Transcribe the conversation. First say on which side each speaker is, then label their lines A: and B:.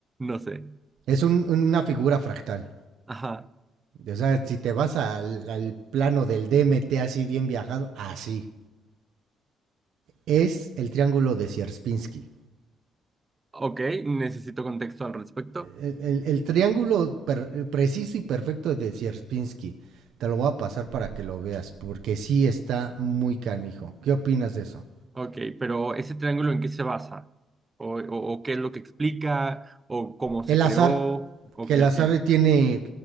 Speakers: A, on the right; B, on the right.
A: No sé.
B: Es un- una figura fractal.
A: Ajá.
B: O sea, si te vas al, al plano del DMT así bien viajado, así. Es el triángulo de Sierpinski.
A: Ok, necesito contexto al respecto.
B: el, el- el triángulo per- preciso y perfecto de Sierpinski. Te lo voy a pasar para que lo veas, porque sí está muy canijo. ¿Qué opinas de eso?
A: Ok, pero ese triángulo ¿en qué se basa? ¿O, o- o qué es lo que explica? ¿O cómo se
B: El
A: creó?
B: azar,
A: ¿O
B: que
A: qué,
B: el
A: o
B: azar
A: qué?
B: tiene,